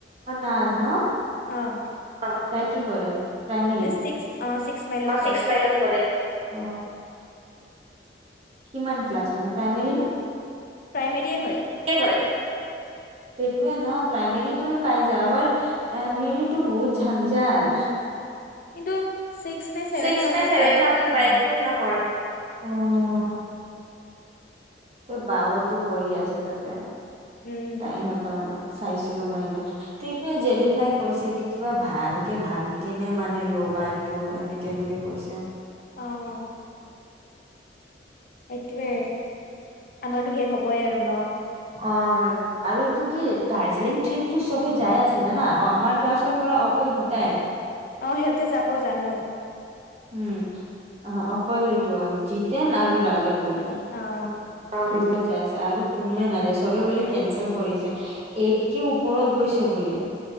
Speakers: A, on the right; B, on the left.
A: নাজ ন।
B: অঁ।
A: অঁ, তাই কি কৰে? প্ৰাইমেৰী
B: তাই ছিক্স অঁ ছিক্স মাইলত
A: অ
B: কৰে।
A: ছিক্স মাইলত কৰে। অ কিমান ক্লাছ মানে প্ৰাইমেৰী ন?
B: প্ৰাইমেৰীয়ে হয়।
A: সেইটো হয়, এইটোৱে ন প্ৰাইমেৰীত তুমি পাই যাবা বাত- প্ৰাইমেৰীটো বহুত ঝঞ্জাল।
B: কিন্তু ছিক্স নে ছেভেন
A: ছিক্স
B: থাউজেণ্ড
A: নে ছেভেন
B: পায় একোৱে
A: থাউজেণ্ড
B: নহয়।
A: পায়, একোৱে নহয়। অ <inaudible> তোৰ বা হঁতো কৰি আছে তাতে,
B: উম,
A: তাই হঁতৰ চাইছিলো মই দিনা। তেটোৱে জেবিন বাই কৈছে কি কিবা ভাল কে ভাবি কেনে মানে ল'বা এইটো। এনে- কেনেকে কৈছা?
B: অঁ। সেইটোয়ে, আমাৰতো শেষ হবই আৰু ন।
A: অঁ। আৰু এইটো কি দাৰ্জিলিং ট্ৰিপটো চবে যাই আছে জানা, আমাৰ ক্লাছৰ পৰা অকল দুটাই।
B: অঁ, সিহঁতে যাব জানো।
A: উম, অকল এইটো জিতেন আৰু ৰাজা বোলে।
B: অঁ।
A: অঁ, ট্ৰিপত যায় আছে আৰু কোনোৱে নাযায়, চবে বুলি কেঞ্চেল কৰিছে। এইত কে ওপৰত গৈছে বোলে।